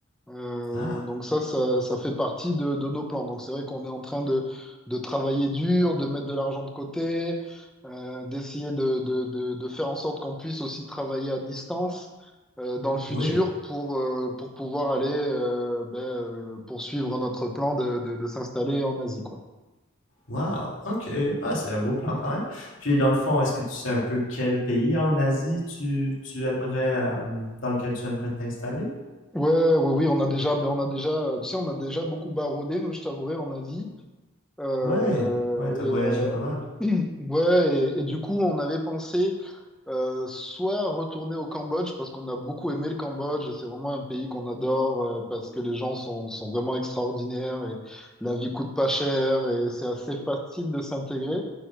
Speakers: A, in the centre; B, on the left (about 65°).
A: Euh,
B: Ah,
A: donc ça, ça, ça fait partie de, de nos plans. Donc c'est vrai qu'on est en train de, de travailler dur, de mettre de l'argent de côté, euh, d'essayer de, de, de, de faire en sorte qu'on puisse aussi travailler à distance euh, dans le futur
B: oui.
A: pour, euh, pour pouvoir aller euh, ben, euh, poursuivre notre plan de, de, de s'installer en Asie, quoi.
B: Wow. OK. Ah, c'est un beau plan quand même. Puis dans le fond, est-ce que tu sais un peu quel pays en Asie tu, tu aimerais euh, dans lequel tu aimerais t'installer?
A: Ouais, oui, oui, on a déjà, ben, on a déjà, euh, tu sais, on a déjà beaucoup baroudé, nous, je t'avouerai, en Asie. Euh,
B: Ouais, ouais, t'as voyagé pas mal.
A: et, euh, <clears throat> ouais, et, et du coup, on avait pensé euh, soit retourner au Cambodge, parce qu'on a beaucoup aimé le Cambodge, c'est vraiment un pays qu'on adore, euh, parce que les gens sont, sont vraiment extraordinaires, et la vie coûte pas cher, et c'est assez facile de s'intégrer.